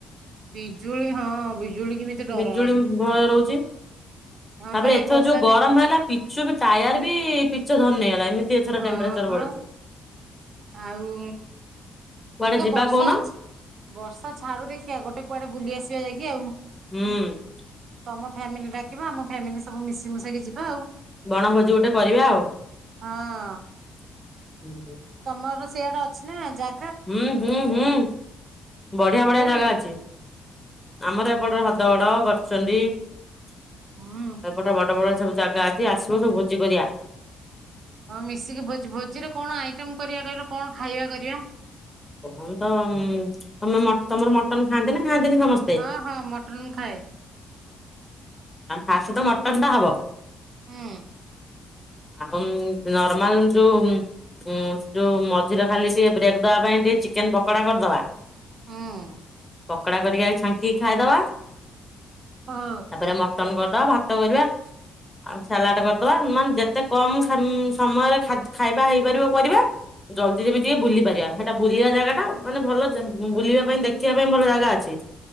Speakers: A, on the right; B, on the left.
A: ବିଜୁଳି ହଁ ବିଜୁଳି ବି କି ତ ଡର।
B: ବିଜୁଳି ଭୟ ରହୁଛି ତାପରେ
A: ହଁ ପା ଏଇ
B: ଏଥର
A: ବର୍ଷା
B: ଯୋଉ ଗରମ
A: ଦିନ
B: ହେଲା ପିଚୁ ବି ଟାୟାର ବି ପିଚ ଧନ ହେଗଲା ଏମିତି ଏଥର
A: ହଁ
B: ଟେମ୍ପରଚର
A: ପା
B: ବଢି଼ଛି।
A: ଆଉ
B: କୁଆଡେ
A: ଦେଖିବା
B: ଯିବା
A: ବର୍ଷା
B: କହୁନ
A: ଅଛି ବର୍ଷା ଛାଡୁ ଦେଖିବା ଗୋଟେ କୁଆଡେ ବୁଲି ଆସିବା ଯାଇକି ଆଉ।
B: ହୁଁ
A: ତମ ଫ୍ୟାମିଲି ଡାକିବା ଆମ ଫ୍ୟାମିଲି ସବୁ ମିଶି ମିଶାକି ଯିବା ଆଉ
B: ବଣଭୋଜି ଗୋଟେ କରିବା ଆଉ।
A: ହଁ
B: <inaudible>
A: ତୋର ସେଇଆଟା ଅଛି ନା ଯା
B: ହୁଁ ହୁଁ ହୁଁ ବଢି଼ଆ ବଢି଼ଆ
A: କୋଉଠି
B: ଜାଗା ଅଛି ଆମର ଏପଟ ହ୍ରଦଗଡ ଗଛ <unintelligible>
A: ହୁଁ
B: ଏପଟେ ବଡ଼ ବଡ଼ ସବୁ ଜାଗା ଅଛି ଆସିବ ସବୁ ଭୋଜି କରିବା।
A: ହଉ ମିଶିକି ଭୋଜିରେ କଣ ଆଇଟମ କରିବା କହିବ କଣ ଖାଇବା କରିବା?
B: କମ ତ ତମେ ତମର ମଟନ ଖାଆନ୍ତି ନା? ଖାଆନ୍ତିନି ସମସ୍ତେ?
A: ହଁ ହଁ ମଟନ୍ ଖାଏ।
B: ଫାଷ୍ଟ ତ ମଟନ୍ ଟା ହବ
A: ହୁଁ
B: ଆଉ ନର୍ମାଲ ଯୋଉ ଯୋଉ ମଝିରେ ଖାଲି ଟିକେ ବ୍ରେକ୍ ଦବା ପାଇଁ ଟିକେ ଚିକେନ ପକୋଡା କରିଦବା
A: ହୁଁ ।
B: ପକଡା କରିକି ଆ ଛାଙ୍କିକି ଖାଇଦବା
A: ହଁ
B: ତାପରେ ମଟନ କରିଦବା ଭାତ କରିବା ଆଉ ସାଲାଡ କରିଦବା ମାନେ ଯେତେ କମ ସମୟରେ ଖାଇବା ହେଇପାରିବ ପର ଜଲଦି ଯେମିତି ବୁଲି ପାରିବା ସେଟା ବୁଲିବା ଜାଗା ଟା ମାନେ ଭଲ ବୁଲିବା ପାଇଁ ଦେଖିବା ପାଇଁ ଭଲ ଜାଗା ଅଛି।